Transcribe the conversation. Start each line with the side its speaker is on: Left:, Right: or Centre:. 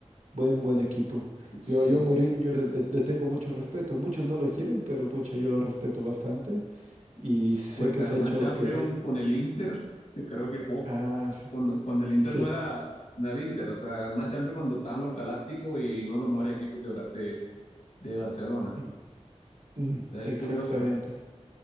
Right: Buen, buen equipo.
Left: Sí,
Right: Yo, yo a Mourinho le, le- le tengo mucho respeto. Muchos no lo quieren, pero pucha, yo lo respeto bastante y sé
Left: pues
Right: que
Left: ganó
Right: se
Left: una
Right: ha hecho
Left: Champions
Right: querer.
Left: con el Inter, <laughs> creo que poco.
Right: Ah, sí,
Left: cuando, cuando el Inter
Right: sí.
Left: no era, no era el Inter, o sea, ganó una Champions cuando estaban los Galácticos y uno de los mejores equipos de, Bra- de, de Barcelona.
Right: Mm, mm,
Left: Es
Right: exactamente.
Left: curioso,